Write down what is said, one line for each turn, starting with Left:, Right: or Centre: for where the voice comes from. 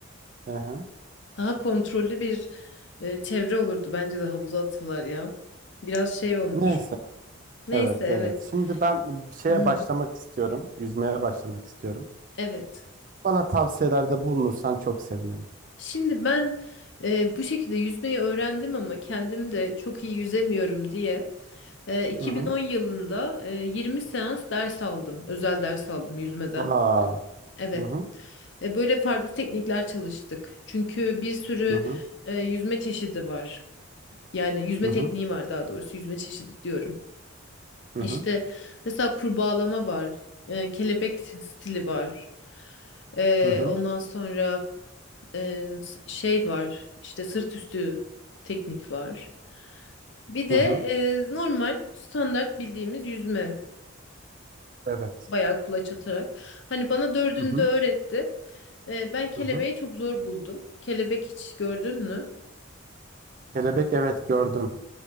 Right: hı hı.
Left: Daha kontrollü bir e, çevre olurdu bence de havuza atsalar ya. Biraz şey olmuş.
Right: Neyse.
Left: Neyse
Right: Evet
Left: evet.
Right: evet. Şimdi ben bir şeye
Left: <clears throat>
Right: başlamak istiyorum. Yüzmeye başlamak istiyorum.
Left: Evet.
Right: Bana tavsiyelerde bulunursan çok sevinirim.
Left: Şimdi ben e, bu şekilde yüzmeyi öğrendim ama kendim de çok iyi yüzemiyorum diye e, 2010
Right: Hı hı.
Left: yılında e, 20 seans ders aldım. Özel ders aldım yüzmeden.
Right: Aa.
Left: Evet.
Right: Hı hı.
Left: E, Böyle farklı teknikler çalıştık. Çünkü bir sürü
Right: Hı hı.
Left: e, yüzme çeşidi var. Yani yüzme
Right: Hı hı.
Left: tekniği var daha doğrusu yüzme çeşidi diyorum.
Right: Hı
Left: İşte
Right: hı.
Left: mesela kurbağalama var. e, kelebek stili var. E,
Right: Hı hı.
Left: ondan sonra e, s- şey var. işte sırt üstü teknik var. Bir de
Right: Hı hı.
Left: e, normal standart bildiğimiz yüzme.
Right: Evet.
Left: Bayağı kulaç atarak. Hani bana dördünü
Right: Hı hı.
Left: de öğretti. Ee, ben kelebeği
Right: Hı hı.
Left: çok zor buldum. Kelebek hiç gördün mü?
Right: Kelebek evet gördüm.